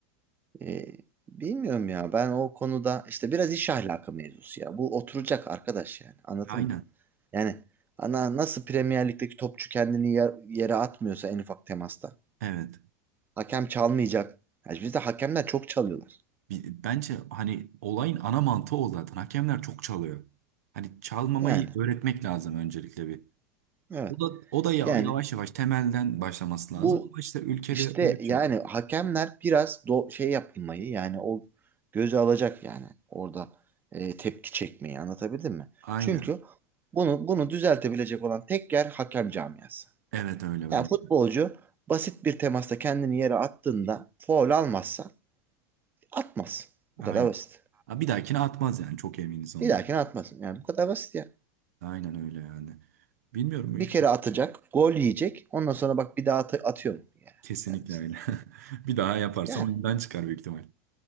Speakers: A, on the right; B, on the right.
A: e, bilmiyorum ya ben o konuda işte biraz iş ahlakı mevzusu ya. Bu oturacak arkadaş yani anladın
B: Aynen.
A: mı? Yani ana nasıl Premier Lig'deki topçu kendini yer- yere atmıyorsa en ufak temasta.
B: Evet.
A: Hakem çalmayacak. Yani bizde hakemler çok çalıyorlar.
B: Bi- Bence hani olayın ana mantığı o zaten. Hakemler çok çalıyor. Hani çalmamayı
A: Yani
B: öğretmek lazım öncelikle bir.
A: evet
B: O da o da ya-
A: yani
B: yavaş yavaş temelden başlaması lazım
A: Bu
B: ama işte ülkede
A: işte
B: öyle bir
A: yani
B: şey yok.
A: hakemler biraz do şey yapmayı yani o göze alacak yani orada e, tepki çekmeyi anlatabildim mi?
B: Aynen.
A: Çünkü bunu bunu düzeltebilecek olan tek yer hakem camiası.
B: Evet öyle ben.
A: Yani futbolcu basit bir temasta kendini yere attığında faul almazsa atmaz. Bu
B: Aynen.
A: kadar basit.
B: Ha, bir dahakine atmaz yani çok eminiz ondan.
A: Bir dahakine atmasın. Yani bu kadar basit ya.
B: Aynen öyle yani. Bilmiyorum ülke.
A: Bir kere atacak, gol yiyecek. Ondan sonra bak bir daha at atıyor mu? Yani,
B: Kesinlikle
A: yani,
B: öyle. <laughs> Bir daha yaparsa
A: yani.
B: oyundan çıkar büyük ihtimal.